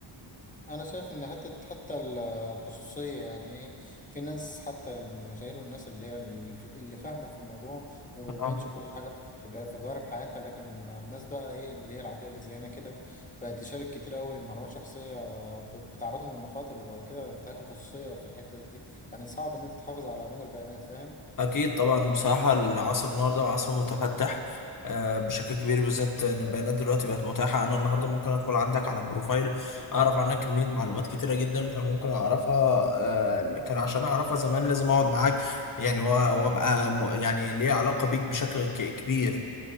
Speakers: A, on the left (about 15°); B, on the left (about 40°).
A: انا شايف ان حته حتى ال- الخصوصيه يعني ايه في ناس حتى المشاهير والناس اللي هي الف- اللي فاهمه في الموضوع ما بيبينش
B: فاهم
A: كل حاجه في جا- في جوانب حياتها لكن الناس بقى ايه اللي هي العاديه اللي زينا كده بقت تشارك كتير قوي معلومات شخصيه بت- بتعرضهم لمخاطر وبعد كده انتهاك الخصوصيه في الحته دي يعني صعب ان انت تحافظ على امان البيانات فاهم
B: أكيد طبعا بصراحة العصر النهاردة عصر متفتح آه، بشكل كبير بالذات إن البيانات دلوقتي بقت متاحة أنا النهاردة ممكن أدخل عندك على البروفايل أعرف عنك كمية معلومات كتيرة جدا كان ممكن أعرفها آه، كان عشان أعرفها زمان لازم أقعد معاك يعني و- وأبقى م- يعني ليا علاقة بيك بشكل ك- كبير